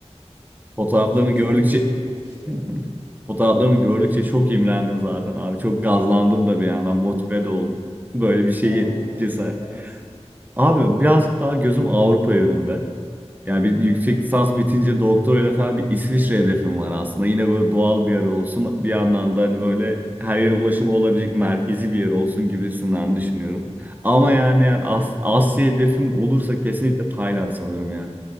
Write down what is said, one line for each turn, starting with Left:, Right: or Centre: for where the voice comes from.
Right: Fotoğraflarını
Left: O yüzden
Right: gördükçe
Left: çok hoşuma gitti işte.
Right: <laughs> fotoğraflarını gördükçe çok imrendim zaten abi. Çok gazlandım da bir yandan motive de oldum. Böyle bir
Left: Var
Right: şeye
Left: mı planın?
Right: cesaret.
Left: Gider misin?
Right: Abi birazcık daha gözüm Avrupa yönünde. Yani bir yüksek
Left: Aha.
Right: lisans bitince doktorayla falan bir İsviçre hedefim var aslında. Yine böyle doğal bir yer olsun. Bir yandan da hani böyle her yere ulaşımı olabilecek merkezi bir yer olsun gibisinden düşünüyorum. Ama yani
Left: Hı
Right: eğer
Left: hı.
Right: As- Asya hedefim olursa kesinlikle Tayland sanırım ya.